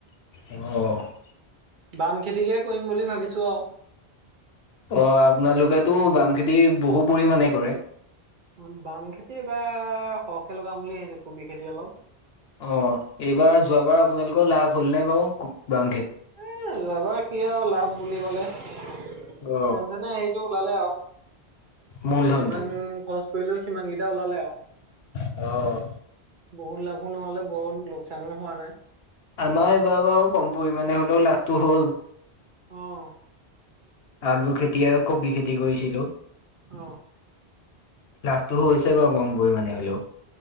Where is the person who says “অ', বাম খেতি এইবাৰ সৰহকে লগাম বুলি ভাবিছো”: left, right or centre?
Right